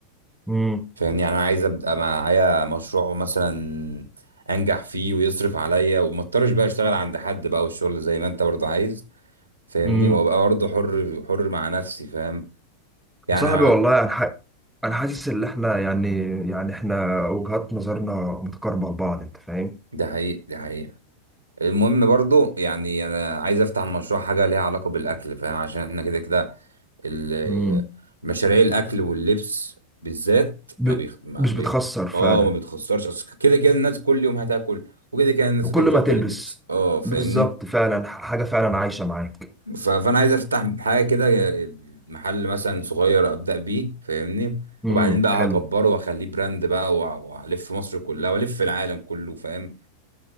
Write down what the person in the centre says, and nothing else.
امم
امم
يا صاحبي والله
انا ح... انا حاسس ان احنا يعني يعني احنا وجهات نظرنا متقاربه لبعض انت فاهم
امم
ب...
مش
بتخسر فعلا
وكل
ما تلبس
بالظبط فعلا ح- حاجه فعلا عايشه معاك
امم
حلو